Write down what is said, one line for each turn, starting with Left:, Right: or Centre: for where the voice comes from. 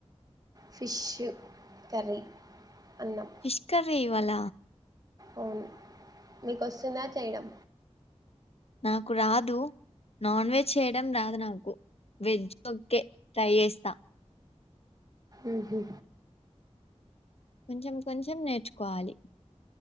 Right: ఫిషు కర్రీ అన్నం
Left: ఫిష్ కర్రీ ఇవాళ
Right: అవును మీకు వస్తుఉందా చేయడం
Left: నాకు రాదు నాన్ వెజ్ చేయడం రాదు నాకు వెజ్ బకే ట్రై చేస్తా
Right: ఉహు
Left: కొంచెం కొంచెం నేర్చుకోవాలి